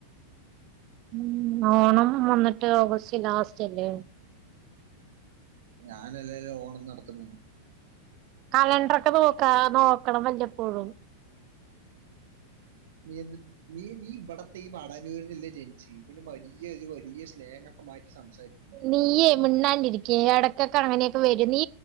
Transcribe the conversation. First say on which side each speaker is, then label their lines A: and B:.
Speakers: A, on the right; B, on the right.
A: ഉം ഓണം വന്നിട്ട് ഓഗസ്റ്റ് ലാസ്റ്റല്ലേ
B: ഞാനല്ലല്ലോ ഓണം നടത്തുന്നത്
A: കാലൻഡ്രോക്കെ നോക്കാ നോക്കണം വല്ലപ്പോഴും
B: നീ എന്ത് നീ നീ ഇവിടത്തെ ഈ വടനൂരിനല്ലേ ജനിച്ച് പിന്നെ വലിയ ഒരു വലിയ സ്ലേങ്ങോക്കെ മാറ്റി സംസാരിക്കുന്ന്
A: നീയേമിന്നാണ്ടിരിക്കെ എടയ്ക്കൊക്കെ അങ്ങനെയൊക്കെ വരും നീ